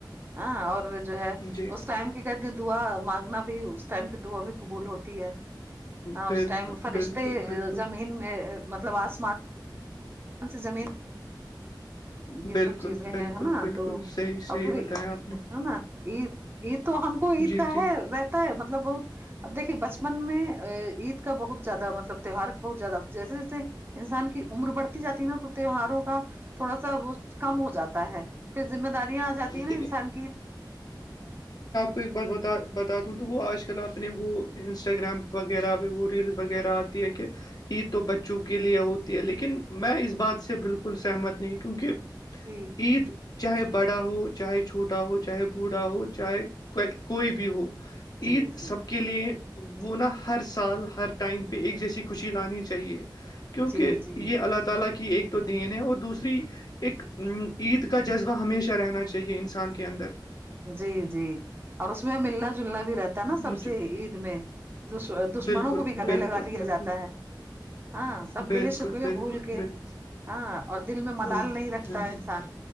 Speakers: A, on the right; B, on the left.
A: ہاں اور جو ہے
B: جی
A: اس ٹائم کی کہتی ہیں دعا مانگنا بھی اس ٹائم کی دعا بھی قبول ہوتی ہے ہاں
B: بالکل
A: اس ٹائم فرش
B: بالکل بالکل
A: میں مطلب آسمان سے زمین یہ
B: بالکل
A: سب چیزیں ہیں
B: بالکل
A: نا
B: بالکل
A: تو
B: صحیح
A: اور
B: صحیح
A: پھر
B: بتایا
A: ہے
B: آپ نے
A: نا عید عید تو ہم کو عید
B: جی
A: کا
B: جی
A: ہے رہتا ہے مطلب بہت اب دیکے بچپن میں عید کا بہت زیادہ مطلب تیوہار کا بہت زیادہ جیسے جیسے انسان کی عمر بڑھتی جاتی ہے نا تو تیوہاروں کا تھوڑا سا وہ کم ہو جاتا ہے پھر ذمہ داریاں آ جاتی ہیں نا
B: دیکھیے
A: انسان کی
B: کوئی ایک بات بتا بتاتا ہوں تو وہ آج کل آپ نے وہ انسٹاگرام وغیرہ پہ وہ ریلس وغیرہ ہے کہ عید تو بچوں کے لیے ہوتی ہے لیکن میں اس بات سے بالکل سہمت نہیں کیونکہ
A: جی
B: عید چاہے بڑا ہو چاہے چھوٹا ہو چاہے بوڑھا ہو چاہے کوئی بھی ہو
A: جی
B: عید
A: جی
B: سب کے کے لیے وہ نا ہر سال ہر ٹائم پہ ایک جیسی خوشی لانی چاہیے کیونکہ
A: جی جی
B: یہ اللہ تعالی کی ایک تو دین ہے اور دوسری ایک ا عید کا جذب ہمیشہ رہنا چاہیے انسان کے اندر
A: جی جی اور اس میں ملنا جو جلنا بھی رہتا ہے نا سب
B: مجھ
A: سے عید میں
B: بالکل
A: دشمنوں کو بھی
B: بالکل
A: گلے لگا لیا
B: بالکل
A: جاتا ہے ہاں سب
B: بالکل
A: گلے شکوے
B: بالکل
A: بھول کے
B: بالکل
A: ہاں اور دل میں ملال
B: بالکل
A: نہیں رکھتا ہے انسان